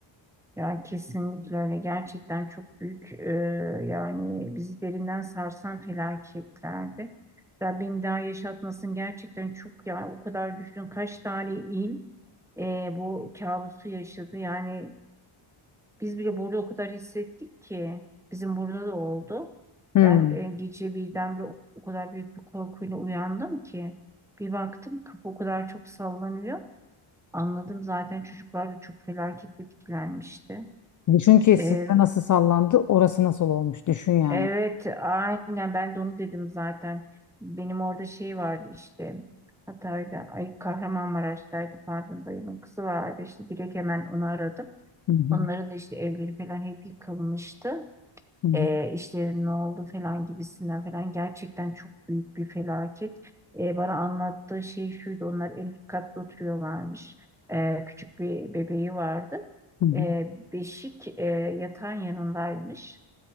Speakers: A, in the centre; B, on the left.
A: Ya kesinlikle öyle. Gerçekten çok büyük e, yani bizi derinden sarsan felaketlerdi. Rabbim daha yaşatmasın gerçekten çok ya o kadar düşün kaç tane il e, bu kabusu yaşadı. Yani Biz bile burada o kadar hissettik ki bizim burada da oldu.
B: Hmm.
A: Ben e, gece birdenbire o, o kadar büyük bir korkuyla uyandım ki bir baktım kapı o kadar çok sallanıyor. Anladım zaten çocuklar da çok felaket etkilenmişti.
B: Düşün ki sizde
A: E,
B: nasıl sallandı, orası nasıl olmuş. Düşün yani.
A: evet aynen ben de onu dedim zaten. Benim orada şey vardı işte Hatay'da, ay Kahramanmaraş'taydı pardon dayımın kızı vardı işte direkt hemen onu aradım.
B: Hı hı,
A: Onların da işte evleri falan hep yıkılmıştı.
B: hı hı,
A: e, işlerin ne oldu falan gibisinden falan gerçekten çok büyük bir felaket. E, bana anlattığı şey şuydu onlar en üst katta oturuyorlarmış. E, küçük bir bebeği vardı.
B: hı hı.
A: E, beşik e, yatağın yanındaymış.